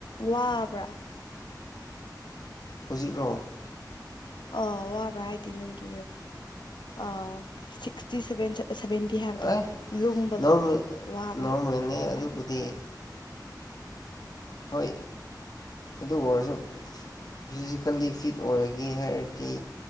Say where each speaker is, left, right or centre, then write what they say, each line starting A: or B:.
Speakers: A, on the left (about 80°); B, on the left (about 60°).
A: ꯋꯥꯕ꯭ꯔꯥ
B: ꯍꯧꯖꯤꯛ꯭ꯔꯣ
A: ꯑ ꯋꯥꯕ꯭ꯔꯥ ꯍꯥꯏꯗꯤꯦ ꯅꯪꯒꯤ ꯑ ꯁꯤꯛꯁꯇꯤ ꯁꯦꯚꯦꯟ ꯁꯚꯦꯟꯇꯤ ꯍꯥꯏꯕꯗꯣ
B: ꯑꯩ
A: ꯂꯨꯝꯕꯗꯣ
B: ꯅꯣꯔꯃꯦꯜ
A: ꯋꯥꯕ꯭ꯔꯥ
B: ꯅꯣꯔꯃꯦꯜꯅꯦ
A: ꯍꯥꯏꯕ
B: ꯑꯗꯨꯕꯨꯗꯤ ꯍꯣꯏ ꯑꯗꯨ ꯑꯣꯏꯔꯁꯨ ꯐꯤꯖꯤꯀꯦꯜꯂꯤ ꯐꯤꯠ ꯑꯣꯏꯔꯒꯦ ꯍꯥꯏꯔꯗꯤ